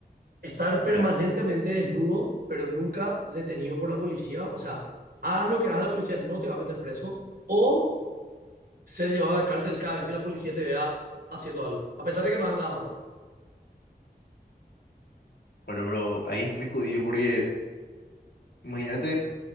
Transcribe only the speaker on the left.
Ya.
Bueno, pero ahí es muy jodido porque imagínate,